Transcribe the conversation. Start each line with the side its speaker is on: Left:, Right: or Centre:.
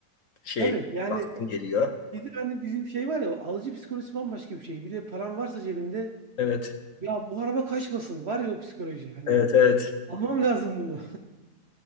Left: şey
Right: Tabii yani
Left: baktım geliyor.
Right: bir de hani bizim şey var ya alıcı psikolojisi bambaşka bir şey. Bir de paran varsa cebinde
Left: Evet.
Right: Ya bu araba kaçmasın. Var ya o psikoloji hani.
Left: Evet evet.
Right: Almam lazım bunu.